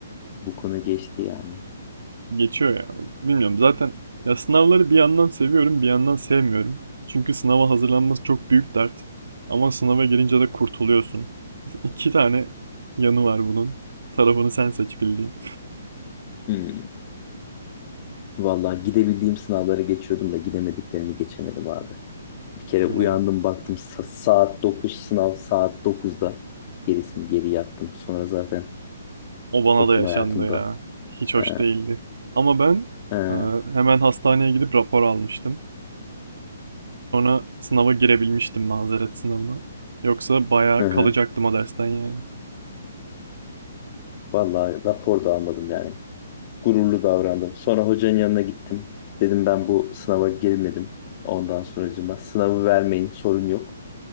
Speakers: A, on the left (about 35°); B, on the right (about 65°).
A: Bu konu geçti yani.
B: Geçiyor ya. Bilmiyorum zaten ya sınavları bir yandan seviyorum bir yandan sevmiyorum. Çünkü sınava hazırlanması çok büyük dert. Ama sınava girince de kurtuluyorsun. <laughs> İki tane yanı var bunun. Tarafını sen seç bildiğin.
A: Hmm. Vallahi gidebildiğim sınavlara geçiyordum da gidemediklerimi geçemedim abi. Bir kere
B: Ya
A: uyandım baktım sa- saat dokuz sınav saat 9'da. Gerisini geri yattım. Sonra zaten
B: o bana
A: okul
B: da yaşandı
A: hayatımda.
B: ya. Hiç hoş
A: Ee,
B: değildi. Ama ben
A: ee,
B: e, hemen hastaneye gidip rapor almıştım. Sonra sınava girebilmiştim mazeret sınavına. Yoksa bayağı
A: hı hı.
B: kalacaktım o dersten yani.
A: Vallahi rapor da almadım yani. gururlu davrandım. Sonra hocanın yanına gittim. Dedim ben bu sınava girmedim. Ondan sonracığıma sınavı vermeyin sorun yok.